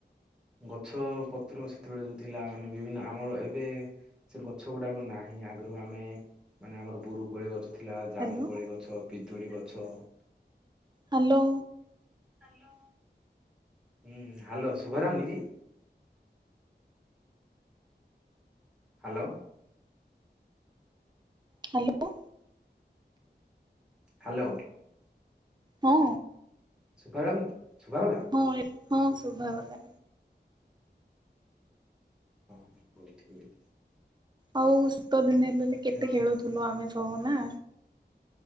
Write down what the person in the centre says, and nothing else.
ଗ ଛ ପତ୍ର ସେତେବେଳେ ଯୋଉ ଥିଲା ମାନେ ବିଭିନ୍ନ ଆମର ଏବେ ସେ ଗଛ ଗୁଡାକ ନାହିଁ ଆଗରୁ ଆମେ ମାନେ ଆମର ବୁରୁକୋଳି ଗ ଗଛ ଥିଲା
ଜାମୁକୋଳି ଗଛ ପିଜୁଳି ଗଛ।
ହାଲୋ। ହୁଁ ହାଲୋ ଶୁଭାଯାଉନି କି? Hello
ହାଲୋ।
ଶୁଭାଯାଉନି? ଶୁଭା ଗଲା?
ହଁ ହ ହଉ ଠିକ
ସେ